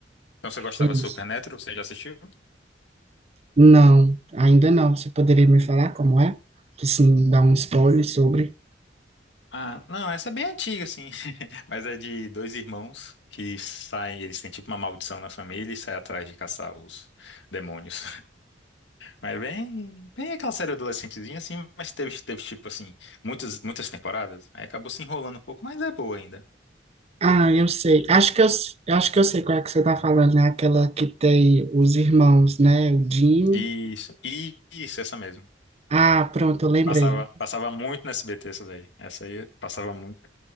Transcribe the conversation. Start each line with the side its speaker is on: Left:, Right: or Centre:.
Left: Então, você gostava
Right: É Isso.
Left: de Supernatural? Você já assistiu?
Right: Não, ainda não. Você poderia me falar como é? Que sim, dá um spoiler sobre.
Left: Ah, não, essa é bem antiga, assim, <laughs> mas é de dois irmãos que saem, eles têm tipo uma maldição na família e saem atrás de caçar os demônios. Mas bem, bem aquela série adolescentezinha, assim, mas teve, teve tipo assim, muitas, muitas temporadas. Aí acabou se enrolando um pouco, mas é boa ainda.
Right: Ah, eu sei.
Left: É de
Right: Acho
Left: boa.
Right: que eu, s- eu acho que eu sei qual é que você tá falando, né? Aquela que tem os irmãos, né? O Jim.
Left: Isso, e- isso, essa mesmo.
Right: Ah, pronto, eu lembrei.
Left: Passava, passava muito no SBT essa daí. Essa aí passava muito.